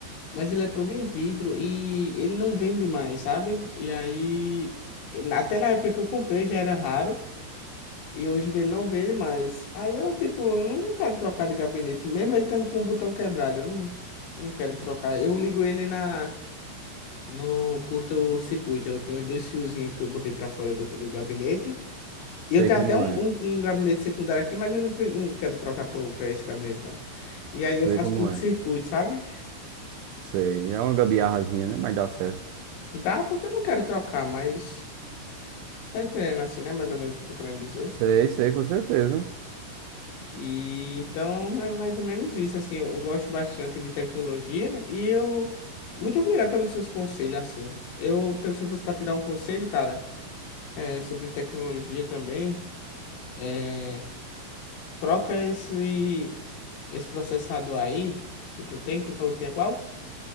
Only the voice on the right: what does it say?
Sei
como
é,
sei
como
é.
Sei, é uma gambiarrazinha, né? Mas dá certo.
Sei, sei, com certeza.